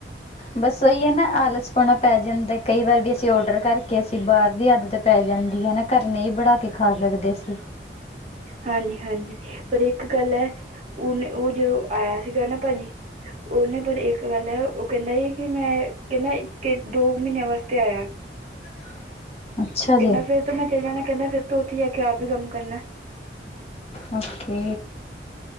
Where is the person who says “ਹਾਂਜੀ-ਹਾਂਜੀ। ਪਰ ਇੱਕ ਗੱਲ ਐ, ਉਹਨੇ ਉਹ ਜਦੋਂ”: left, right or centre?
Right